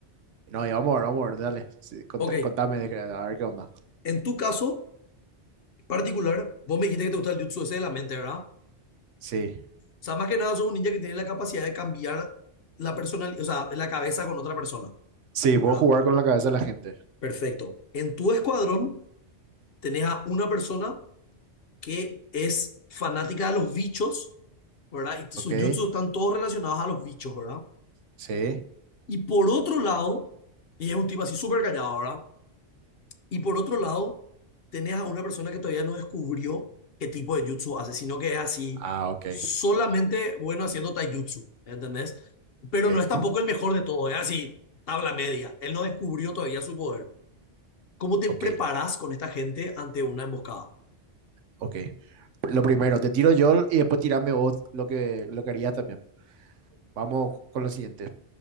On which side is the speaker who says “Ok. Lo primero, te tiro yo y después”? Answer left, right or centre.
Right